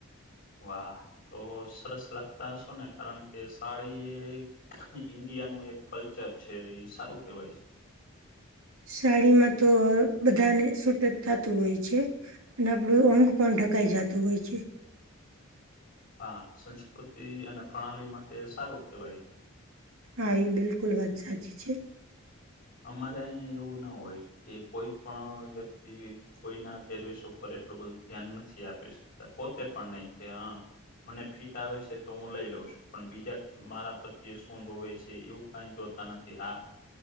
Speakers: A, on the left; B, on the right.
A: વાહ તો સરસ લાગતા શો ને કારણ કે સાડી એ- - ઈન્ડિયાનું એક કલ્ચર છે એ સારું કહેવાય છે.
B: સાડીમાં તો બધાને સૂટ જ થતું હોય છે. અને આપણું અંગ પણ ઢકાઈ જતું હોય છે.
A: હા સંસ્કૃતિ અને પ્રણાલી માટે સારું કહેવાય છે.
B: હા એ બિલકુલ વાત સાચી છે.
A: અમારે અહીયાં એવું ના હોય કે કોઈ પણ વ્યક્તિ- - કોઈના પેરવેશ ઉપર એટલું બધું ધ્યાન નથી આપી શકતા પોતે પણ નહી કે હ- - મને ફિટ આવે છે તો હું લઈ લઉં છું પણ બીજા મારા પ્રત્યે શું જોવે છે એવું- - કઈ જોતા નથી આ- -